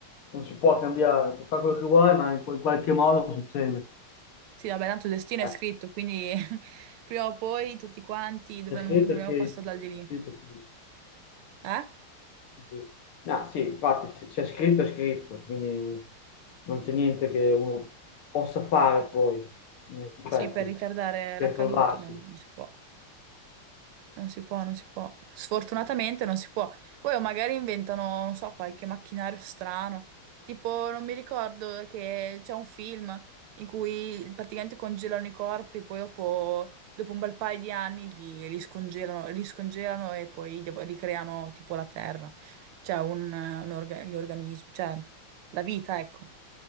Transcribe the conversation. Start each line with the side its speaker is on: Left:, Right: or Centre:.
Left: non si può cambiare, puoi fare quello che vuoi, ma in quel- qualche modo succede.
Right: Sì, vabbè, tanto il destino è
Left: Eh,
Right: scritto, quindi <laughs> prima o poi tutti quanti dovremmo,
Left: È scritto,
Right: dovremmo
Left: è scritto,
Right: passare dal di lì.
Left: è scritto, è scritto.
Right: Eh?
Left: Sì. No, sì, infatti, se se è scritto, è scritto, quindi non c'è niente
Right: Sì,
Left: che uno possa fare poi, in effetti,
Right: Sì, per ritardare
Left: per
Right: l'accaduto
Left: salvarsi.
Right: non non si può. Non si può, non si può. Sfortunatamente non si può. Poi o magari inventano, non so, qualche macchinario strano. Tipo, non mi ricordo che c'è un film in cui praticamente congelano i corpi, poi dopo, dopo un bel paio di anni li, li scongelano, li scongelano e poi devo- ricreano tipo la terra. Cioè, un, un orga- gli organismi, cioè la vita, ecco.